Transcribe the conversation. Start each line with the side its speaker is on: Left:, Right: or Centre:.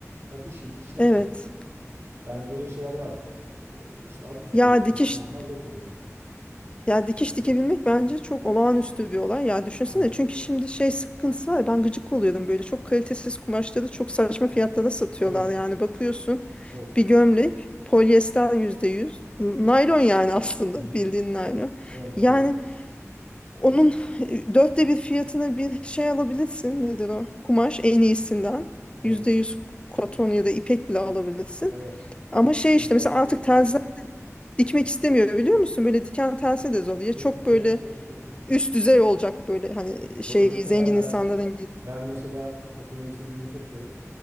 Right: Nakışı, dikiş nakış
Left: Evet.
Right: Yani böyle şeyler var. Ee, işte adı üstünde
Left: Ya
Right: okuyorum.
Left: dikiş
Right: Onlar zevk oluyor.
Left: ya dikiş dikebilmek bence çok olağanüstü bir olay. Ya düşünsene
Right: Hı.
Left: çünkü şimdi şey sıkıntısı var. ya, Ben gıcık oluyorum böyle. Çok kalitesiz kumaşları çok saçma fiyatlara satıyorlar.
Right: Evet,
Left: Yani bakıyorsun
Right: evet.
Left: bir gömlek polyester yüzde yüz. Naylon yani aslında
Right: Hı hı.
Left: bildiğin naylon.
Right: Evet,
Left: Yani
Right: doğru.
Left: Onun e, dörtte bir fiyatına bir şey alabilirsin. Nedir o? Kumaş en iyisinden.
Right: Evet,
Left: Yüzde yüz koton ya da ipek bile alabilirsin.
Right: evet.
Left: Ama şey
Right: E,
Left: işte
Right: Güzel
Left: mesela
Right: bir
Left: artık
Right: şey.
Left: terziler dikmek istemiyor biliyor musun? Böyle diken tersi de zor. Ya
Right: Tabii,
Left: çok böyle
Right: tabii, tabii. tabii.
Left: üst düzey olacak böyle hani
Right: Yo,
Left: şey
Right: Öyle
Left: zengin
Right: ya ben
Left: insanların git.
Right: ben mesela takım elbise giymeyi çok severim.